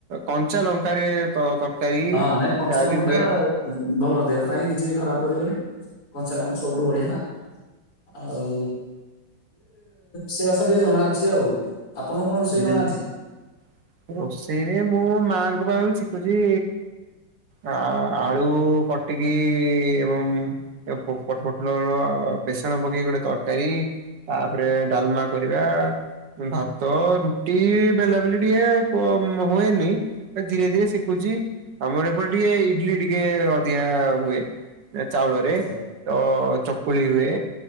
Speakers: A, on the right (about 75°); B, on the left (about 50°).
A: କଞ୍ଚା ଲଙ୍କାରେ ତ ତର।
B: ହଁ ନାଇଁ କଞ୍ଚା
A: <unintelligible>
B: ଲଙ୍କା ଭଲ ଦେହ ପାଇଁ କିଛି ଖରାପ କରିବନି କଞ୍ଚାଲଙ୍କା ଟା ସବୁଠୁ ବଢିଆ ନା। ଆଉ ସେ ରୋଷେଇ ବାସ ଟିକେ ଜଣା ଅଛି ଆଉ ଆପଣଙ୍କୁ କଣ ରୋଷେଇ
A: ହୁଁ
B: ଜଣା ଅଛି?
A: ରୋଷେଇରେ ମୁଁ ମାଆଙ୍କ ପାଖରୁ ଶଖୁଛି ଆ ଆଳୁ କଟିକି ଏବଂ ଏ ପୋ ପୋଟ ପୋଟଲର ବେସନ ପକେଇ ଗୋଟେ ତରକାରୀ ତାପରେ ଡାଲମା କରିବା, ଭା ତ, ରୁଟି ବେଲା ବେଲି ଟିକେ ହୁଏନି ଧୀରେ ଧୀରେ ଶିଖୁଛି। ଆମର ଏପଟ ଟିକେ ଇଡଲି ଟିକେ ଅଧିକା ହୁଏ ଚାଉଳରେ।
B: ଆଚ୍ଛା।
A: ଅ ଚକୁଳି ହୁଏ।